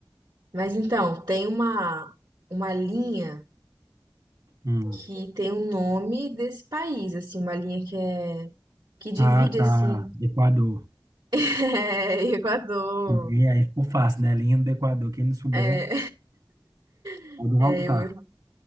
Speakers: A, on the right; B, on the right.
A: Mas então, tem uma, uma linha
B: Hum.
A: que tem o nome desse país, assim, uma linha que é que divide
B: Ah, tá.
A: assim,
B: Equador.
A: <laughs> é, Equador.
B: E aí ficou fácil, né? Linha do Equador. Quem não souber,
A: É, <laughs>
B: pode voltar.
A: é eu.